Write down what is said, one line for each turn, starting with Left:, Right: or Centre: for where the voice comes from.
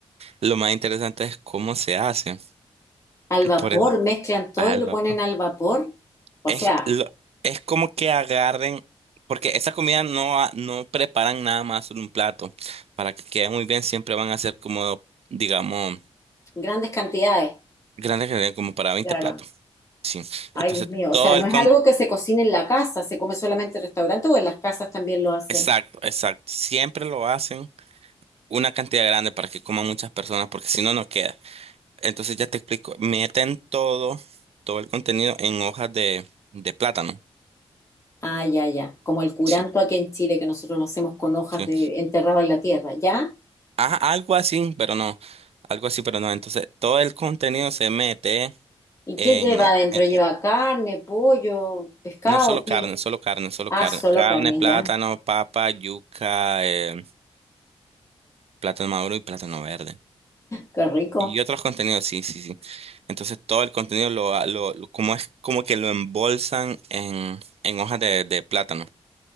Right: lo más interesante es cómo se hace.
Left: al vapor,
Right: Por eso,
Left: mezclan todo
Right: al
Left: y lo
Right: vapor.
Left: ponen al vapor. O
Right: Es,
Left: sea,
Right: lo- es como que agarren, porque esa comida no, ha- no preparan nada más en un plato. Para que quede muy bien, siempre van a ser como, digamos,
Left: grandes cantidades.
Right: grandes cantidades, como para veinte
Left: Claro.
Right: platos. Sí.
Left: Ay,
Right: Entonces,
Left: Dios mío.
Right: todo
Left: O sea, no
Right: el
Left: es
Right: con...
Left: algo que se cocine en la casa, se come solamente en restaurante o en las casas también lo hacen.
Right: Exacto, exacto. Siempre lo hacen una cantidad grande para que coman muchas personas, porque si no, no queda. Entonces, ya te explico. Meten todo, todo el contenido en hojas de, de plátano.
Left: Ah, ya, ya. Como el curanto
Right: Sí.
Left: aquí en Chile que nosotros lo hacemos con hojas
Right: sí.
Left: de enterrado en la tierra, ¿ya?
Right: Ah, algo así, pero no. Algo así, pero no. Entonces, todo el contenido se mete
Left: ¿Y
Right: en,
Left: qué lleva
Right: o-
Left: adentro?
Right: en-
Left: ¿Lleva
Right: en-
Left: carne, pollo, pescado?
Right: no solo carne,
Left: ¿Qué?
Right: solo carne, solo
Left: Ah,
Right: carne.
Left: solo
Right: Carne,
Left: carne
Right: plátano,
Left: ya.
Right: papa, yuca, eh, plátano maduro y plátano verde.
Left: Qué rico,
Right: Y otros contenidos, sí, sí, sí. Entonces, todo el contenido lo, ha- lo, lo- como es como que lo embolsan en, en hojas de, de plátano